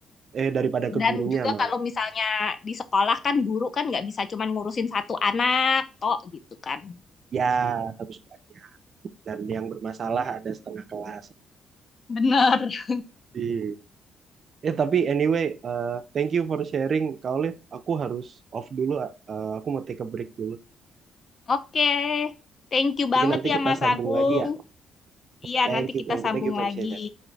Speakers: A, on the right; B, on the left.
A: Eh daripada
B: Dan
A: ke gurunya
B: juga kalau
A: malah.
B: misalnya di sekolah kan guru kan nggak bisa cuman ngurusin satu anak, toh gitu kan.
A: Ya, harus banyak. Dan yang bermasalah ada setengah kelas.
B: Bener.
A: Iya. Ya, tapi anyway, eh, thank you for sharing, Kak Olive. Aku harus off dulu, eh, aku mau take a break dulu.
B: Oke, thank you
A: Mungkin
B: banget
A: nanti
B: ya
A: kita
B: Mas
A: sambung
B: Agung.
A: lagi ya.
B: Iya,
A: Thank
B: nanti
A: you,
B: kita
A: thank
B: sambung
A: you, thank you for
B: lagi.
A: sharing.